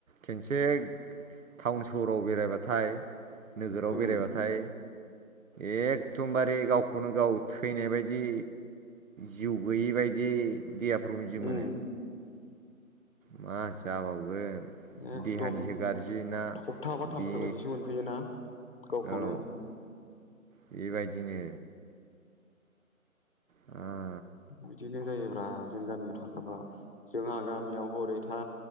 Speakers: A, on the right; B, on the left.
A: खेनसे टाउन सहराव बेरायबाथाय नोगोराव
B: उम
A: बेरायबाथाय एखदमबारे गावखौनो गाव थैनाय बादि जिउ गोैयि बायदि देहाफ्राव बिदि मोनो।
B: उम
A: मा जाबावगोन।
B: एकदम
A: देहानिसो गाज्रि ना
B: थबथा बाथामफोरबायदिसो
A: बे
B: मोनफैयोना। गावखौनो।
A: औ बेबायदिनो। ओ
B: बिदिनो जायोब्ला जों गामियाव थाग्राफ्रा। जोंहा गामियाव हरै थां